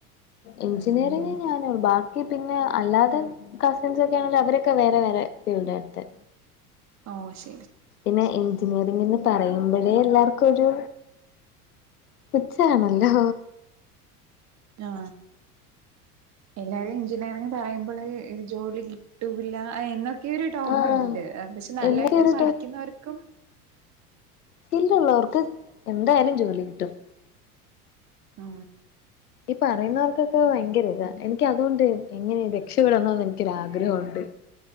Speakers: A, on the left; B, on the right.
A: എഞ്ചിനീയറിംഗ്
B: ഉം
A: ഞാനും <unintelligible> ക്ക് പിന്നെ അല്ലാതെ കസിൻസ് ഒക്കെ ആണേലും അവരൊക്കെ വേറെ വേറെ ഫിൽഡാട്ത്തെ
B: ഓ ശെ
A: പിന്നെ എഞ്ചിനീയറിംഗ് എന്ന് പറയും യുമ്പഴേ എല്ലാർക്കൊരു പുച്ഛാണല്ലോ
B: ആ എല്ലാരും എഞ്ചിനീയറിംഗ് പറയുമ്പളെക്ക് <unintelligible> ജോലി കിട്ടൂല്ലാ <unintelligible> ക്കെയൊരു ടോക്ക്
A: ആഹ്
B: ഇണ്ട് പക്ഷെ നല്ലായ്ട്ട്
A: എന്നൊക്കെ ഒരു
B: പഠിക്കുന്നവർക്കും
A: സ്‌കില്ല് ഉള്ളവർക്ക് എന്തായാലും ജോലി കിട്ടും
B: മ്
A: ഈ പറയുന്നവർക്കൊക്കെ ഭയങ്കര ഇതാ എനിക്ക് അതോണ്ട് എങ്ങനെലും രക്ഷപ്പെടണം എന്നുണ്ട് ക്കൊര് ആഗ്രഹം ഒണ്ട്